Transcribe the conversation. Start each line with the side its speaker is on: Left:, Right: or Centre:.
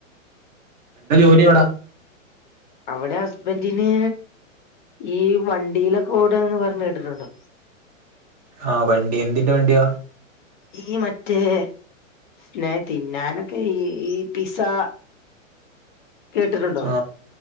Right: എന്താ ജോലി അവിടെ
Left: അവിടെ ഹസ്ബൻഡിന് ഈ വണ്ടീലൊക്കെ ഓഡാന്ന് പറഞ് കേട്ടിട്ടുണ്ടോ
Right: ആ വണ്ടി എന്തിന്റെ വണ്ടിയാ
Left: ഈ മറ്റേ സ്നേ തിന്നാനൊക്കെ ഈ ഈ പിസാ
Right: <unintelligible>
Left: കേട്ടിട്ടുണ്ടോ
Right: ആ